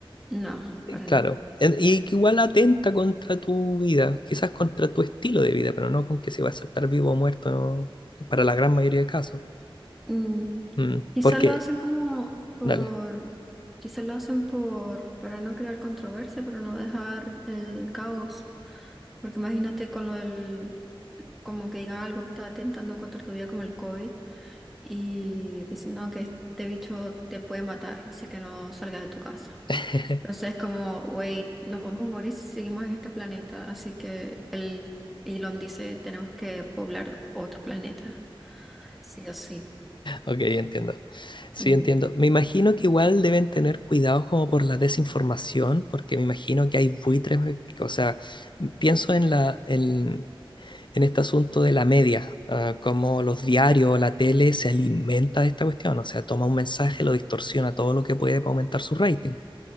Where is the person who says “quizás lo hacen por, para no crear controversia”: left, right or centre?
Centre